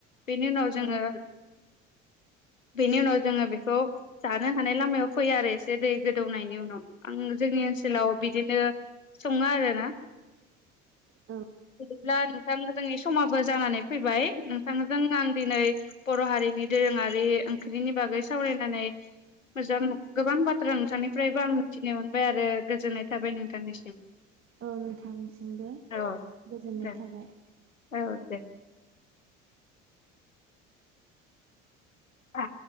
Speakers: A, on the left; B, on the right.
A: बेनि उनाव
B: औ
A: जोङो बेनि उनाव जोङो बेखौ जानो हानाय लामायाव फैयो आरो एसे दै गोदौनायनि उनाव आं जोंनि ओनसोलाव बिदिनो सङा आरो ना
B: औ
A: बिदिब्ला नोंथां जोंनि समाबो जानानै फैबाय नोंथांजों आं दिनै बर' हारिनि दो रोङारि ओंख्रिनि बागै सावरायनानै मोजां गोबां बाथ्रा नोंथांनिफ्रायबो आं मिथिनो मोन बायारो आरो गोजोननाय थाबाय नोंथांनिसिम
B: औ नोंथांसिमबो
A: औ
B: गोजोननाय
A: दे
B: थाबाय
A: औ दे आ